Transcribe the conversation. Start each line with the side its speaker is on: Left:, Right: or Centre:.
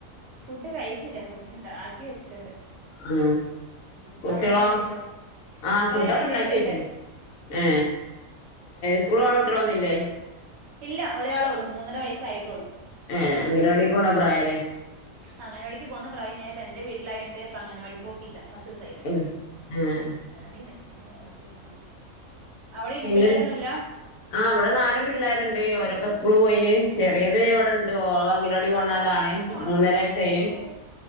Right: ഫുഡ് കഴിച്ചില്ല ഫുഡ് ഇണ്ടാക്കി വെച്ചിട്ടുണ്ട്.
Left: ആ
Right: ഉം
Left: കുട്ട്യളോ
Right: അവിടെ ഇണ്ടാക്കി വെച്ചോ
Left: ആഹ
Right: ഇതാ
Left: ഫുഡൊക്കെ
Right: ഒരാൾ എൻ്റെ
Left: ഇണ്ടാക്കി
Right: അടുത്തുണ്ട്
Left: വെച്ചിനി. ഏ സ്കൂൾ പോണ കുട്ട്യാളൊന്നും ഇല്ലേ?
Right: ഇല്ല ഒരാൾ ഒള്ളൂ മൂന്നര വയസ്സായിട്ടുള്ളൂ.
Left: ഏ അംഗനവാടിക്ക് പോണ പ്രായാല്ലേ.
Right: അങ്ങനവാടിക്ക് പോവുന്ന പ്രായം ഞാൻ ഇപ്പോൾ എന്റെ വീട്ടിലായോണ്ട് ഇപ്പം അങ്ങനവാടി പോക്കില്ല കുറച്ച് ദിവസായി.
Left: ഉ അങ്ങനെണ്
Right: അനിയൻ തട്ടി ഫോൺ അങ്ങ് നിത്തി വിണാലേ അവിടെ ഈ
Left: പിന്നെ
Right: പിള്ളേരൊന്നുമില്ല?
Left: ആഹ് ഇവിടെ നാല് പിള്ളേരുണ്ട് ഓരൊക്കെ
Right: അമ്മ
Left: സ്കൂള് പോയിന്
Right: ഇ വളിട
Left: ചെറിയത് ഇവിടെണ്ട്
Right: ഞാൻ
Left: ഓള്
Right: ഫ
Left: അംഗനവാടി
Right: ആടിട്ട
Left: പോണതാണ് മൂന്നര വയസ്സായിന്
Right: ഇ വളി